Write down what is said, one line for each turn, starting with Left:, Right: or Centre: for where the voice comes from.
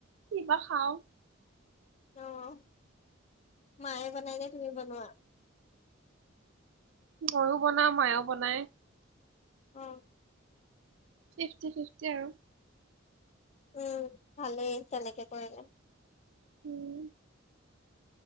Right: কি বা খাও।
Left: অঁ। মায়ে বনাই নে তুমি বনোৱা?
Right: ময়ও বনাওঁ মায়েও বনাই।
Left: অঁ
Right: ফিফটি ফিফটি আৰু।
Left: উম, ভালেই তেনেকে কৰিলে
Right: উম